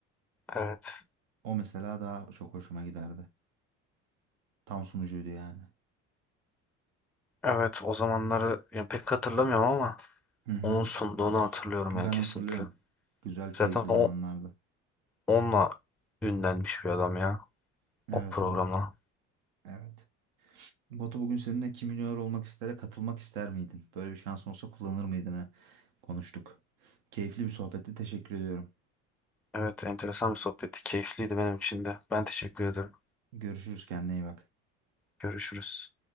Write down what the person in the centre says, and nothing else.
Evet.
Evet o zamanları ya pek hatırlamıyorum ama
onun sunduğunu hatırlıyorum
yani kesinlikle.
Zaten o
onunla ünlenmiş bir adam ya o
programla.
Evet, enteresan bir sohbetti. Keyifliydi benim için de. Ben teşekkür ederim.
Görüşürüz.